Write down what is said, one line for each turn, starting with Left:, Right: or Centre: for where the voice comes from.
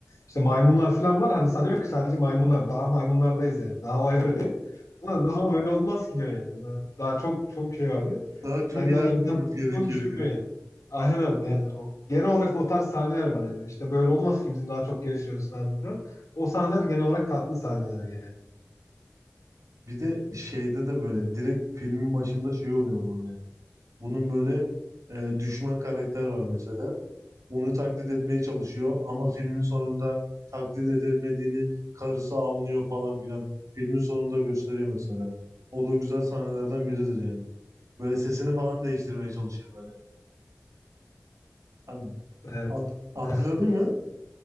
Left: işte maymunlar falan var hani sanıyor ki sadece maymunlar daha maymunlardayız yani daha o evredeyiz. Ama daha böyle olmaz ki diyor yani. Daha, daha çok çok şey var diyor.
Right: Daha çok
Left: Hani
Right: ilerlememiz
Left: daha insan
Right: gerekiyor
Left: olduğunu düşünmüyor
Right: diyor.
Left: yani. Aynen yani o, genel olarak o tarz sahneler var hani. İşte böyle olmaz ki bizim daha çok gelişmemiz lazım falan. O sahneler genel olarak tatlı sahneler yani.
Right: Bir de şeyde de böyle direkt filmin başında şey oluyor böyle. Bunun böyle e, düşman karakter var mesela. Onu taklit etmeye çalışıyor ama filmin sonunda taklit etmediğini karısı anlıyor falan filan. Filmin sonunda gösteriyor mesela. O da güzel sahnelerden biridir yani. Böyle sesini falan değiştirmeye çalışıyor böyle. Hani
Left: Evet.
Right: Hat- hatırladın
Left: <laughs>
Right: mı?